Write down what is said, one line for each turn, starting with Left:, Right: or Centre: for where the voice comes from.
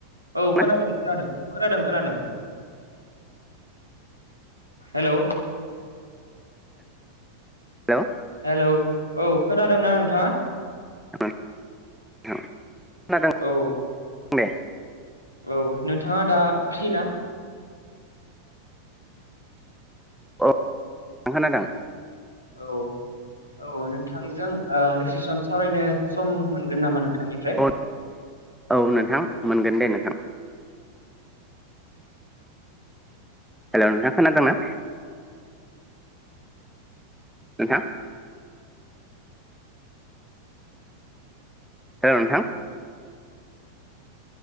Left: औ खोनादों
Centre: ना
Left: खोनादों खोनादों खोनादों। हेलौ!
Centre: हेलौ!
Left: हेलौ औ खोनादोंना नोंथाङा?
Centre: <unintelligible> खोनादों।
Left: औ।
Centre: <unintelligible>
Left: औ नोंथाङा दा फ्रि ना?
Centre: औ खोनादों।
Left: औ। औ नोंथांजों ओ दसे सम सावरायनो सम मोनगोन नामा नोंथांनिफ्राय।
Centre: औ औ नोंथां मोनगोन दे नोथां। हेलौ नोंथां खोनादोंना? नोथां। हेलौ नोथां।